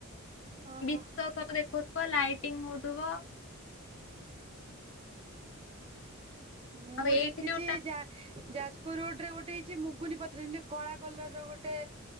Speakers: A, on the right; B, on the left.
A: ଓହୋ।
B: <unintelligible> ଦେଖୋଉଥିବ ଲାଇଟିଙ୍ଗ ହଉଥିବ
A: ଅ ହ ମୁଁ
B: ଆଉ ଏଇଠି
A: ଦେଖିଛି
B: ଯୋଉଟା
A: ଯା ଯାଜପୁର ରୋଡରେ ଗୋଟେ ମୁଗୁନି ପଥରରେ ଯେମିତି କଳା କଲର ର ଗୋଟେ